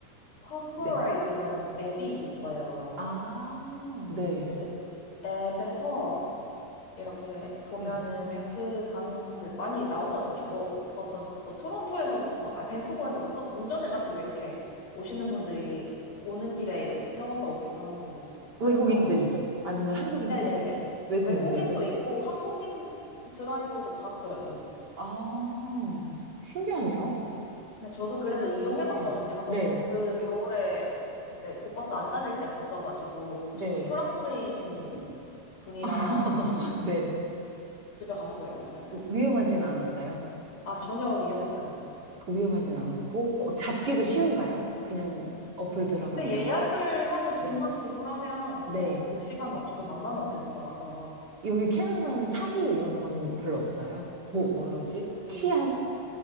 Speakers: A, on the left (about 45°); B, on the right (about 35°).
A: 퍼플라이드라는
B: 네.
A: 앱이 있어요.
B: 아, 네,
A: 그 앱에서 이렇게 보면은
B: 네.
A: 밴프 가는 분들 많이 나오거든요. 뭐 어떤 뭐 토론토에서부터 아 밴쿠버에서부터 운전해가지고 이렇게 오시는 분들이 오는 길에 이렇게 태워서 오기도 하고 그래서
B: 외국인들이죠. 아니면 한국인들끼리?
A: 네네네
B: 외국인들도.
A: 외국인도 있고 한국인 드라이버도 봤어요 저는.
B: 아, 신기하네요.
A: 근데 저도 그래서 이용해봤거든요.
B: 예.
A: 한번
B: 네.
A: 밴프 겨울에 그때 그 버스 안 다닐 때 갔어가지고
B: 네.
A: 저도 프랑스인 분이랑
B: <laughs>
A: 같이
B: 네.
A: 집에 갔어요. 네.
B: 위험하진 않았어요.
A: 아, 전혀 위험하지 않았습니다.
B: 그 위험하진 않고, 어, 잡기도 쉬운가요?
A: 네.
B: 그냥 어플 들어가면.
A: 근데 예약을 하고 돈만
B: 네.
A: 지불하면 그냥
B: 네.
A: 그 시간 맞춰서 만나면 되는 거라서
B: 여기 캐나다는 사기 이런 건 별로 없어요. 보, 뭐라지?
A: 그,
B: 치안?